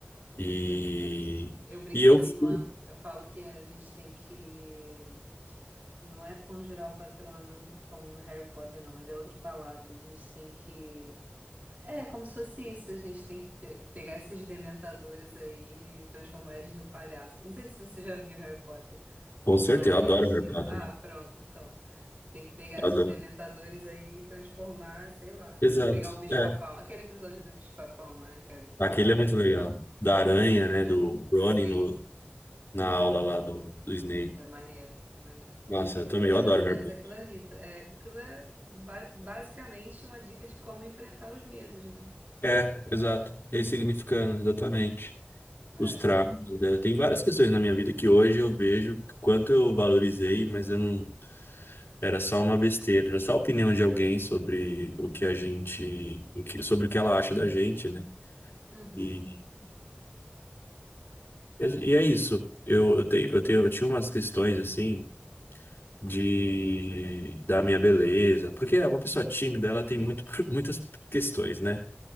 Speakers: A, on the left; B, on the right.
A: E,
B: Eu brinco
A: e eu
B: com a minha
A: fui.
B: irmã, eu falo que a gente tem que. Não é conjurar o patrono como no Harry Potter, não, mas é outra palavra. A gente tem que. É, como se fosse isso, a gente tem que pe- pegar esses dementadores aí e transformar eles num palhaço. Não sei se você já viu Harry Potter,
A: Com certeza,
B: mas.
A: eu adoro Harry
B: e-
A: Potter.
B: Ah, pronto, então. Tem que pegar esses
A: Adoro.
B: dementadores aí e transformar, sei lá.
A: Exato.
B: é Pegar o bicho-papão.
A: É.
B: Aquele episódio do bicho-papão, né? Aquele.
A: Aquele
B: aquele...
A: é muito legal. Da aranha,
B: Pois
A: né?
B: é.
A: Do
B: Sim.
A: Ronnie no, na aula lá do, do Snake.
B: É maneiro, é maneiro.
A: Nossa,
B: Tem
A: eu
B: que
A: também
B: fazer
A: eu
B: mais
A: adoro
B: ou
A: Harry
B: menos
A: Potter.
B: aquilo ali. É, aquilo é ba- basicamente uma dica de como enfrentar os medos, né?
A: É, exato. Ressignificando, exatamente.
B: É.
A: Os traumas.
B: Então,
A: né? Tem várias questões na minha vida que hoje eu vejo o quanto eu valorizei, mas eu não. Era só uma besteira, era só a opinião de alguém sobre o que a gente, o que, sobre o que ela acha da gente, né?
B: uhum,
A: E, e é isso. Eu, eu tenho, eu tenho, eu tinha umas questões assim. de da minha beleza, porque é uma pessoa tímida, ela tem muito, <laughs> muitas questões, né?